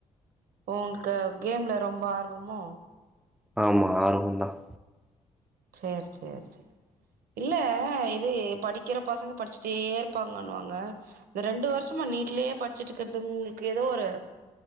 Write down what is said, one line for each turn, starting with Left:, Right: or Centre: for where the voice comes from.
Right: உங்களுக்கு கேம்ல ரொம்ப ஆர்வமோ
Centre: ஆமா ஆர்வோம் தான்
Right: செரி செரி செரி இல்ல இது படிக்கிற பசங்க படிச்சிட்டே இருப்பாங்கன்னுவாங்க இந்த ரெண்டு வருஷமா வீட்டிலேயே படிச்சுட்டு இருக்கிறது உங்களுக்கு ஏதோ ஒரு